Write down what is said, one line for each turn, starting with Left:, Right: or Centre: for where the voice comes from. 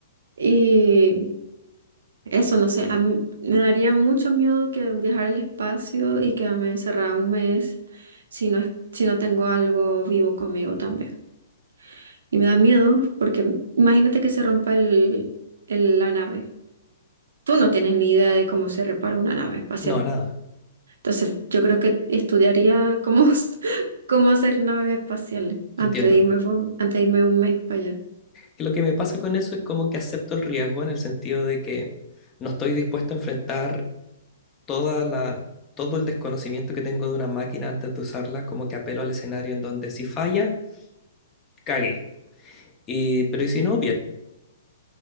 Right: y Eso, no sé, a mí me daría mucho miedo que viajar al espacio y quedarme encerrada un mes si no es, si no tengo algo vivo conmigo también. Y me da miedo porque imagínate que se rompa el, el- la nave. Tú no tienes ni idea de cómo se repara una nave espacial.
Left: No, nada,
Right: Entonces, yo creo que estudiaría cómo, <laughs> cómo hacer naves espaciales antes
Left: entiendo.
Right: de irme por- antes de irme un mes para allá.
Left: que lo que me pasa con eso es como que acepto el riesgo en el sentido de que no estoy dispuesto a enfrentar toda la, todo el desconocimiento que tengo de una máquina antes de usarla, como que apelo al escenario en donde si falla, cagué. Y, pero y si no, bien.